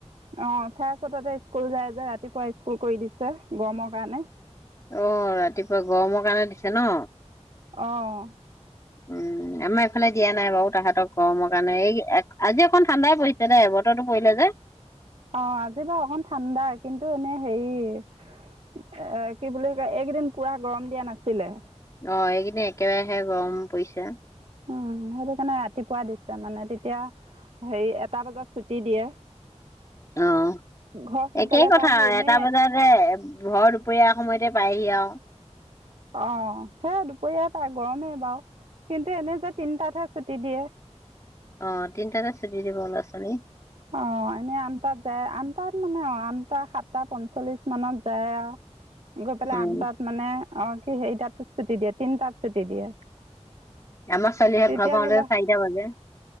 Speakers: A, on the right; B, on the left.
A: অ চাৰে ছয় তাতে স্কুল যায় যে ৰাতিপুৱা স্কুল কৰি দিছে গৰমৰ কাৰণে।
B: অ ', ৰাতিপুৱা গৰমৰ কাৰণে দিছে ন।
A: আহ
B: উম ', আমাৰ এইফালে দিয়া নাই বাৰু তাহাঁতক গৰমৰ কাৰণে এই আজি অকণ ঠাণ্ডাই পৰিছে দে এ বতৰৰতো পৰিলে যে।
A: অ ', আজি বাৰু অকমান ঠাণ্ডা কিন্তু এনে হেৰি এ কি বুলি কয় এইকেইদিন পুৰা গৰম দিয়া নাছিলে।
B: অ', এইকিননে একেবাৰহে গৰম পৰিছে।
A: উম', সেইটো কাৰণে ৰাতিপুৱা দিছে মানে তেতিয়া হেৰি এটা বজাত ছুটি দিয়ে।
B: অ',
A: ঘৰ সোনকালে
B: একেই কথা
A: পায়হি এনেই
B: এটা বজাতে ঘৰত দুপৰাৰ সময়তে পায়হি আৰু
A: অ', সেয়া দুপৰীয়াাই পায় গৰমেই বাৰু কিন্তু এনে যে তিনটাতহে ছুটি দিয়ে।
B: অ ', তিনিটাতে চুটি দিব লৰা ছোৱালী
A: অ', এনে আন তাত যায় আনটাত মানে অ', আনটা সাতটা পঞ্চল্লিশ মানত যায় আৰু গৈ পেলাই
B: উম
A: আঠ তাত মানে অ', কি সাত ছুটি দিয়ে তিনটাত ছুটি দিয়ে।
B: আমাৰ ছোৱালীহঁত
A: তেতিয়া
B: ঘৰ পাওঁতে
A: ধৰিলেও
B: চাৰিটা বাজে